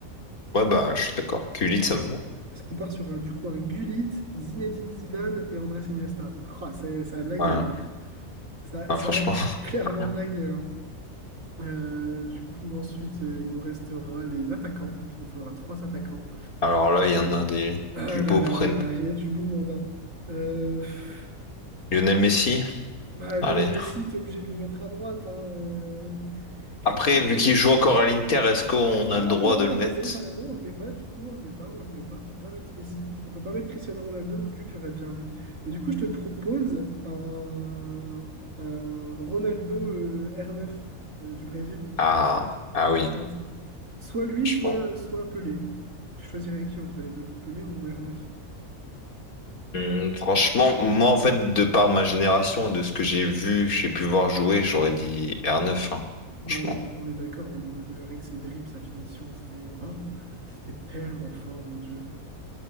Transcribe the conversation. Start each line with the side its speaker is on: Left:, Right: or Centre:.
Left: Ouais, bah, je suis d'accord. Gullit, ça me va.
Right: Est-ce qu'on part sur un, du coup un Gullit, Zinedine Zidane et Andrés Iniesta? Ah, c'est- ça a de la gueule,
Left: Ouais,
Right: hein. Ça,
Left: Bah,
Right: ça
Left: franchement.
Right: a clairement
Left: <laughs>
Right: de la gueule, hein. Euh, du coup, ensuite, euh, il nous restera les attaquants. Donc, il nous faudra trois attaquants.
Left: Alors là, il y en a des...
Right: Ah
Left: du
Right: là
Left: beau
Right: là
Left: prenne.
Right: là là, il y a du beau monde, hein. Euh, pff,
Left: Lionel Messi?
Right: bah,
Left: Allez.
Right: Lionel Messi, t'es obligé de le mettre à droite, hein. Euh, Christi-
Left: Après, vu qu'il joue encore à l'Inter, est-ce qu'on
Right: Ah
Left: a le droit
Right: non,
Left: de
Right: t'as
Left: le mettre?
Right: raison, t'as raison, on le met pas du coup, on le met pas, on le met pas, on peut pas mettre Messi, on peut pas mettre Cristiano Ronaldo non plus que j'aurais bien mis. Mais du coup, je te propose un, un Ronaldo euh, R9 euh, du Brésil
Left: Ah, ah
Right: en
Left: oui,
Right: pointe. Soit lui,
Left: je
Right: soit,
Left: pense.
Right: soit Pelé. Tu choisirais qui entre les deux, Pelé ou R9?
Left: Hum, franchement, moi, en fait, de par ma génération, de ce que j'ai vu, j'ai pu voir jouer, j'aurais dit R9, hein, franchement.
Right: Bah, on est, d- on est d'accord au niveau de rien que ses dribbles, sa finition, c'était oh, c'était tellement fort, mon Dieu.